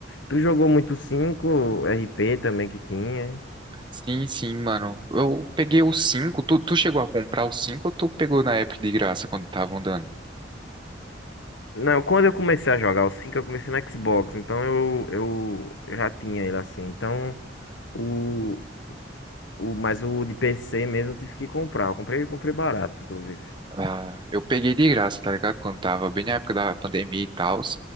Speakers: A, on the left; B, on the right.
A: Tu jogou muito o 5, RP também que tinha.
B: Sim, sim, mano. Eu peguei o 5. Tu, tu chegou a comprar o 5? ou tu pegou na época de graça quando estavam dando?
A: Não, quando eu comecei a jogar o 5 eu comecei no Xbox, então eu, eu, eu já tinha ele assim. Então, o, o, mas o de PC mesmo eu tive que comprar. Eu comprei, eu comprei barato, inclusive.
B: Ah, eu peguei de graça, tá ligado? Quando tava bem na época da pandemia e tal.